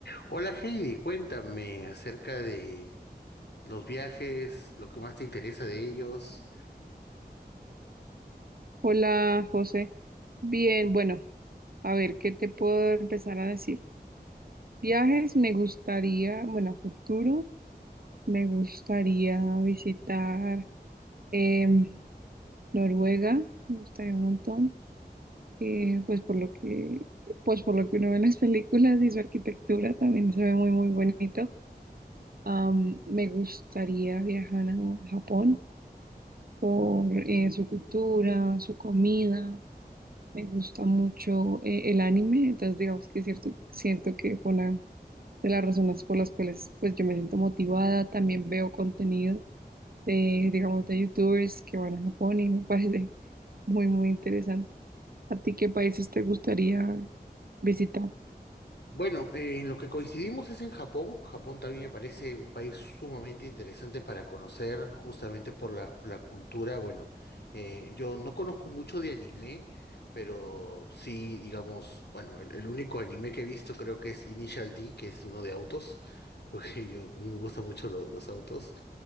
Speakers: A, on the left (about 85°); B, on the right (about 60°).
A: Hola Heidi, cuéntame acerca de los viajes, lo que más te interesa de ellos.
B: Hola, José. Bien, bueno, a ver, ¿qué te puedo empezar a decir? Viajes, me gustaría, bueno, a futuro, me gustaría visitar em, Noruega, me gustaría un montón, eh, pues por lo que, pues por lo que uno ve en las películas y su arquitectura también se ve muy, muy bonito. Am, me gustaría viajar a Japón por eh, su cultura, su comida. Me gusta mucho eh, el anime, entonces digamos que cierto, siento que fue una de las razones por las cuales pues yo me siento motivada. También veo contenido de, digamos, de youtubers que van a Japón y me <laughs> parece muy, muy interesante. ¿A ti qué países te gustaría visitar?
A: Bueno, eh, en lo que coincidimos es en Japón. Japón también me parece un país sumamente interesante para conocer justamente por la, por la cultura. Bueno, eh, yo no conozco mucho de anime, pero sí, digamos, bueno, el, el único anime que he visto creo que es Initial D, que es uno de autos, <laughs> porque yo me gustan mucho lo- los autos.